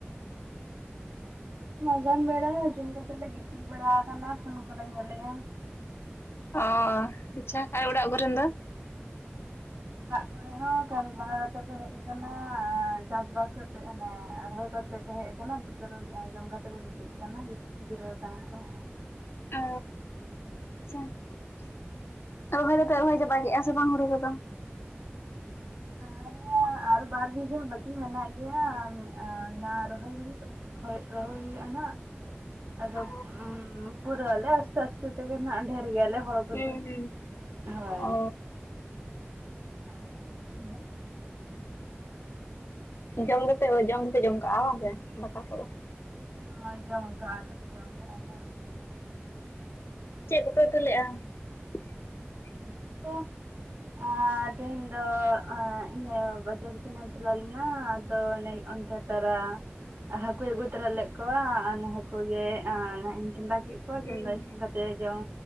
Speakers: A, on the right; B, on the left.
A: ᱢᱟᱡᱟᱱ ᱵᱮᱲᱟ ᱡᱚᱢ ᱠᱟᱛᱮᱫ ᱞᱮ ᱜᱤᱛᱤᱡ ᱵᱟᱲᱟ ᱟᱠᱟᱱᱟ ᱯᱷᱳᱱ ᱠᱚᱞᱮ ᱧᱮᱞᱮᱜᱼᱟ ᱾
B: ᱚ ᱟᱪᱪᱷᱟ ᱟᱨ ᱚᱲᱟᱜ ᱠᱚᱨᱮᱱ ᱫᱚ?
A: ᱚᱲᱟᱜ ᱠᱚᱨᱮ ᱦᱚᱸ ᱠᱟᱹᱢᱤ ᱞᱟᱸᱜᱟ ᱠᱟᱛᱮᱜ ᱠᱚ ᱦᱮᱡ ᱟᱠᱟᱱᱟ ᱟᱨ ᱪᱟᱥ ᱵᱟᱥ ᱠᱟᱛᱮᱜ ᱦᱟᱱᱮ ᱨᱚᱦᱚᱭ ᱠᱟᱛᱮ ᱛᱮ ᱠᱚ ᱦᱮᱡ ᱟᱠᱟᱱᱟ ᱛᱟᱯᱨᱮ ᱡᱚᱢ ᱠᱟᱛᱮ ᱠᱚ ᱜᱤᱛᱤᱡ ᱟᱠᱟᱱᱟ ᱜᱤᱛᱤᱡ ᱡᱤᱨᱟᱹᱣ ᱠᱟᱱᱟ ᱠᱚ ᱾
B: ᱳ ᱟᱪᱪᱷᱟ ᱾ ᱨᱚᱦᱚᱭ ᱫᱚᱯᱮ ᱨᱚᱦᱚᱭ ᱪᱟᱵᱟ ᱠᱮᱫᱼᱟ ᱥᱮ ᱵᱟᱝ ᱦᱩᱲᱩ ᱠᱚᱫᱚ?
A: ᱟᱣᱨᱤᱭᱟ ᱟᱨ ᱵᱟᱨ ᱵᱤᱜᱷᱟ. ᱵᱟᱹᱠᱤ ᱢᱮᱱᱟᱜ ᱜᱮᱭᱟ᱾ ᱚᱱᱟ ᱨᱚᱦᱚᱭ ᱦᱚᱭᱩᱜ ᱦᱳᱭ ᱨᱚᱦᱚᱭ ᱦᱚᱭᱩᱜ-ᱟ ᱱᱟᱜ ᱟᱫᱚ
B: ᱚ
A: ᱯᱩᱨᱟ. ᱟᱞᱮ ᱟᱥᱛᱮ ᱟᱥᱛᱮ ᱛᱮᱜᱮ ᱦᱟᱜ ᱰᱷᱮᱨ ᱜᱮᱭᱟᱞᱮ ᱦᱚᱲ ᱠᱚ
B: ᱦᱩᱸ
A: ᱫᱚ,
B: ᱦᱩᱸ
A: ᱦᱳᱭ
B: ᱚ
A: ᱾ <unintelligible>
B: ᱡᱚᱢ ᱫᱚᱯᱮ ᱡᱚᱢ ᱫᱚᱯᱮ ᱡᱚᱢ ᱠᱟᱜᱼᱟ ᱵᱟᱝ ᱥᱮ ᱫᱟᱠᱟ ᱠᱚᱫᱚ ᱾
A: ᱦᱳᱭ ᱡᱚᱢ ᱠᱟᱜ ᱟ ᱞᱮ ᱡᱚᱢ ᱠᱚ ᱟᱫᱚ ᱾ <unintelligible>
B: ᱪᱮᱫ ᱠᱚᱯᱮ ᱩᱛᱩ <unintelligible>
A: <unintelligible> ᱟ ᱛᱮᱦᱮᱧ ᱫᱚ ᱮᱸᱜ ᱵᱟᱡᱟᱨ ᱥᱮᱱᱮ ᱪᱟᱞᱟᱣ ᱞᱮᱱᱟ ᱟᱫᱚ ᱚᱱᱮ ᱚᱱᱛᱮ ᱛᱟᱨᱟ ᱦᱟᱠᱩᱭ ᱟᱹᱜᱩ ᱛᱚᱨᱟ ᱞᱮᱫ ᱠᱚᱣᱟ ᱦᱟᱠᱩ ᱜᱮ ᱤᱧ ᱪᱚᱸᱫᱟ ᱠᱮᱫ ᱠᱚᱣᱟ
B: ᱦᱩᱸ
A: ᱾ᱪᱚᱱᱫᱟ ᱤᱥᱤᱱ ᱠᱟᱛᱮᱫ ᱞᱮ ᱡᱚᱢ